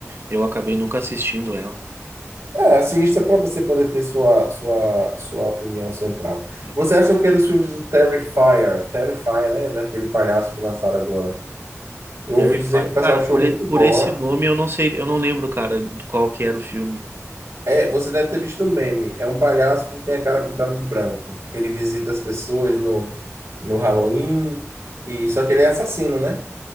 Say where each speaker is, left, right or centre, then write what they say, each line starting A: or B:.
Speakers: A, on the right (about 50°); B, on the right (about 85°).
A: eu acabei nunca assistindo ela.
B: É, assista para você poder ter sua, sua, sua opinião central.
A: É,
B: Você
A: sim.
B: acha o que dos filmes do Terrifier? Terrifier, né? Ele é Aquele palhaço que lançaram agora. Eu
A: Terrify.
B: ouvi dizer que o pessoal
A: Cara,
B: achou
A: por,
B: muito
A: e- por
B: gore.
A: esse nome eu não sei, eu não lembro, cara, do qual que era o filme.
B: É, você deve ter visto um meme. É um palhaço que tem a cara pintada de branco. Ele visita as pessoas no, no Halloween, e só que ele é assassino, né?